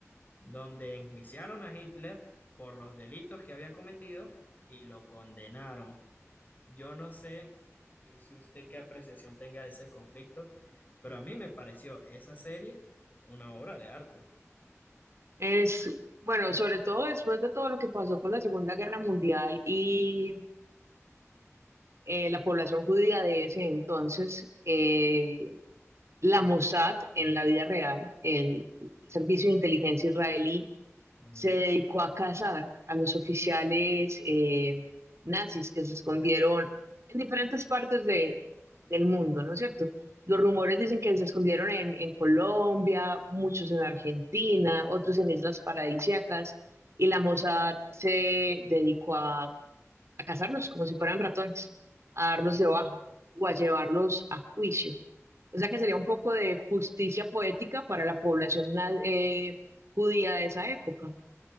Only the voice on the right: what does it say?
Es, bueno, sobre todo después de todo lo que pasó con la Segunda Guerra Mundial y eh, la población judía de ese entonces, eh, la Mossad en la vida real, el Servicio de Inteligencia Israelí,
se dedicó a cazar a los oficiales eh, nazis que se escondieron en diferentes partes de, del mundo, ¿no es cierto? Los rumores dicen que se escondieron en, en Colombia, muchos en Argentina, otros en islas paradisíacas, y la Mossad se dedicó a, a cazarlos como si fueran ratones, a darlos de baja o a llevarlos a juicio. O sea que sería un poco de justicia poética para la población na- eh, judía de esa época.